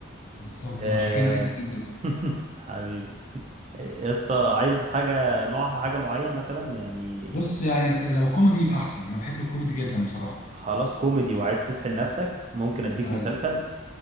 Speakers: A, on the left (about 40°); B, on the right (about 35°).
A: بالظبط
B: آه...
A: ما عشان كده نقلت انت بقى
B: <laughs> حبيبي يا اسطى عايز حاجة نوعها حاجة معين مثلا يعني
A: بص يعني لو كوميدي يبقى احسن انا بحب الكوميدي جدا بصراحه
B: خلاص كوميدي وعايز تسحل نفسك ممكن اديك
A: ايوه
B: مسلسل